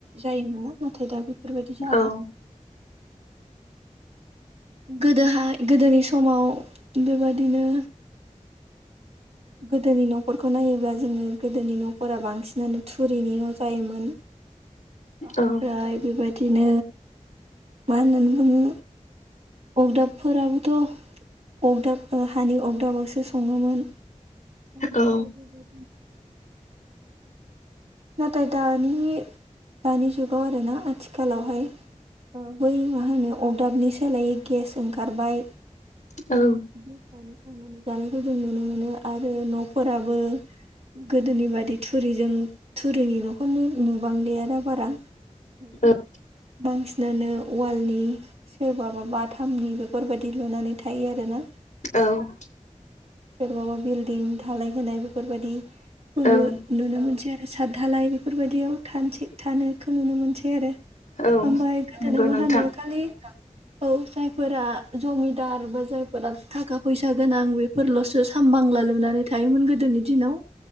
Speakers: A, on the right; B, on the left.
A: जायोमोन ना नाथाय दा बेफोरबादि जाला।
B: औ
A: गोदोहाय गोदोनि समाव बेबादिनो गोदोनि न'फोरखौ नायोब्ला जोङो गोदोनि न'फोरा बांसिनानो थुरिनि न' जायोमोन। ओमफ्राय
B: औ
A: बेबादिनो मा होननानै बुङो अगदाबफोराबोथ' अगदाब ओ हानि अगदाबावसो सङोमोन। ओमफाय
B: औ
A: बेबाय नाथाय दानि दानि जुगाव आरोना आथिखालावहाय ओ बै माहोनो अगदाबनि सोलायै गेस ओंखारबाय।
B: औ।
A: गेसावनो संनानै जानायखौ जों नुनो मोनो आरो न'फोराबो गोदोनि बादि थुरिजों थुरिनि न'खौनो नुबांलिया दा बारा। ओ
B: औ
A: बांसिनानो अवालनि सोरबाबा बाथा मनि बेफोरबादि लुनानै थायो आरोना।
B: औ
A: सोरबाबा बिल्डिं धालाय होनाय बेफोरबादिखौबो
B: औ
A: नुनो मोनो बिदिआरो सादधालाय बेफोरबायदियाव थानसै थानायखौ नुनो मोनसै आरो।
B: औ
A: ओमफाय गोदोना
B: नंगौ
A: मा
B: नोंथां
A: होनो खालि औ जायफोरा जमिदार बा जायफोरा थाखा फैसा गोनां बेफोरल'सो सामबांला लुनानै थायोमोन गोदोनि दिनाव।